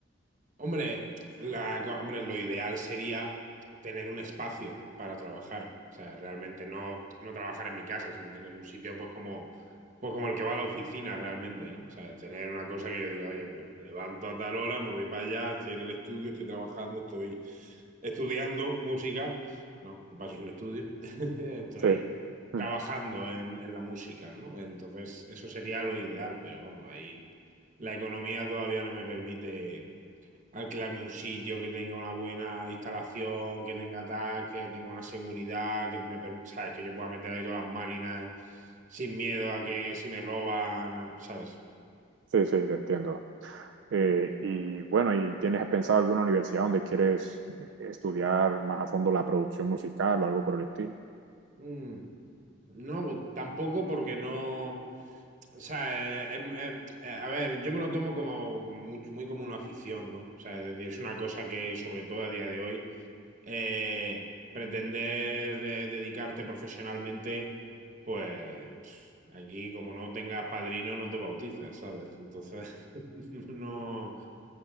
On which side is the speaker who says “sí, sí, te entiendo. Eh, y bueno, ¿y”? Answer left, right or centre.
Right